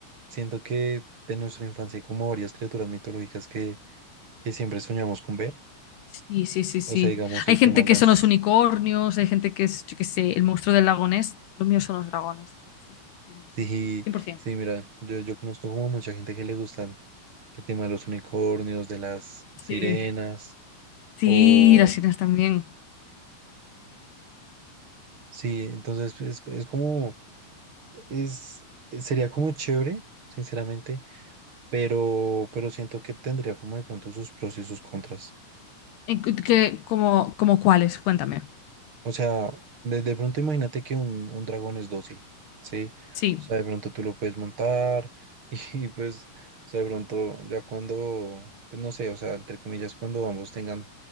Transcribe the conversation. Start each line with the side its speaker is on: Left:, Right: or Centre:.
Right: siento que de nuestra infancia hay como varias criaturas mitológicas que, que siempre soñamos con ver,
Left: Sí, sí, sí, sí.
Right: o sea, digamos
Left: Hay
Right: el
Left: gente
Right: tema de
Left: que
Right: las...
Left: son los unicornios, hay gente que es, yo qué sé, el monstruo del lago Ness. Lo mío son los dragones. Sí, sí, sí,
Right: Sí,
Left: cien por 100%.
Right: sí, mira, yo, yo conozco como mucha gente que le gustan el tema de los unicornios, de las
Left: Sí.
Right: sirenas,
Left: Sí,
Right: o...
Left: las sirenas también.
Right: Sí, entonces pues, es, es como, es, sería como chévere, sinceramente, pero, pero siento que tendría como de pronto sus pros y sus contras.
Left: ¿En cu- qué- como, como cuáles? Cuéntame.
Right: O sea, de, de pronto imagínate que un, un dragón es dócil, ¿sí?
Left: Sí.
Right: O sea, de pronto tú lo puedes montar y, <laughs> pues, o sea, de pronto ya cuando, pues no sé, o sea, entre comillas, cuando ambos tengan